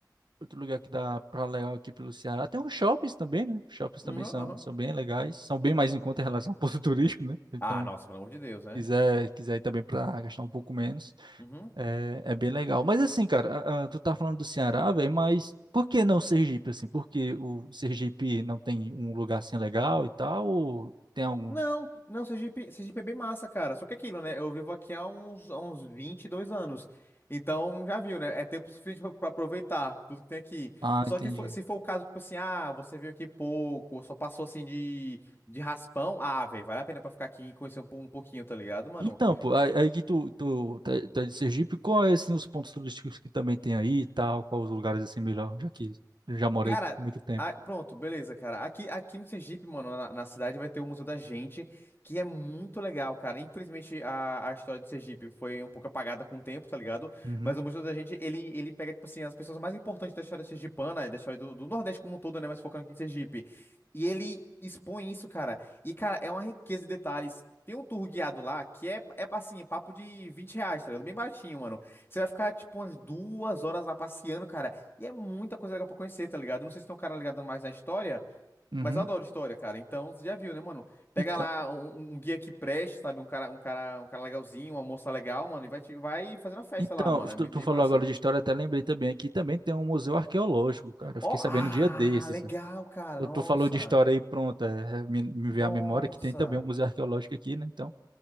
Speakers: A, on the right; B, on the left.
A: Outro lugar que dá pra legal aqui pelo Ceará. Tem uns shoppings também, né? Shoppings também
B: Uhum,
A: são,
B: uhum.
A: são bem legais. São bem mais em conta em relação ao <laughs> ponto turístico, né? Então,
B: Ah, nossa, pelo amor de Deus, né?
A: quiser, quiser ir também pra gastar um pouco menos,
B: Uhum.
A: é, é bem legal. Mas assim, cara, a- a- tu tá falando do Ceará, velho, mas por que não Sergipe, assim? Por que o Sergipe não tem um lugar assim legal e tal? Ou tem algum?
B: Não, não, Sergipe, Sergipe é bem massa, cara. Só que é aquilo, né? Eu vivo aqui há uns, há uns 22 anos. Então, já viu, né? É tempo suficiente pra pra aproveitar tudo que tem aqui.
A: Ah,
B: Só
A: entendi.
B: que fo- se for o caso, tipo assim, ah, você veio aqui pouco, só passou assim de, de raspão. Ah, velho, vale a pena pra ficar aqui e conhecer um, po- um pouquinho, tá ligado, mano?
A: Então, pô, aí, aí que tu, tu, tá tá de Sergipe, qual é, assim, os pontos turísticos que também tem aí e tal? Quais os lugares, assim, melhor, já que eu já morei
B: Cara,
A: muito tempo?
B: a- pronto, beleza, cara. Aqui, aqui no Sergipe, mano, na, na cidade vai ter o Museu da Gente, que é muito legal, cara. Infelizmente, a, a história do Sergipe foi um pouco apagada com o tempo, tá ligado?
A: Uhum,
B: Mas o Museu da Gente, ele, ele pega, tipo assim, as pessoas mais importantes da história sergipana, da história do, do Nordeste como um todo, né? Mas focando aqui em Sergipe. E ele expõe isso, cara. E, cara, é uma riqueza de detalhes. Tem um tour guiado lá que é, é assim, é papo de 20 reais, tá ligado? Bem baratinho, mano. Você vai ficar, tipo, umas duas horas lá passeando, cara. E é muita coisa legal pra conhecer, tá ligado? Eu Não sei se tem um cara ligado mais na história,
A: uhum.
B: mas eu adoro história, cara. Então, você já viu, né, mano? Pega
A: Então,
B: lá um, um um guia que preste, sabe? Um cara, um cara, um cara legalzinho, uma moça legal, mano, e vai, te- vai fazendo a festa
A: então
B: lá, mano. É bem,
A: tu, tu
B: bem
A: falou
B: massa.
A: agora de história, até lembrei também, aqui também tem um museu arqueológico, cara. Eu
B: Ó,
A: fiquei sabendo
B: ah,
A: um dia desses.
B: legal, cara.
A: Tu,
B: Nossa.
A: tu falou de história aí, pronto, é, é, me, me veio
B: Nossa.
A: à memória que tem também um museu arqueológico aqui, né? Então,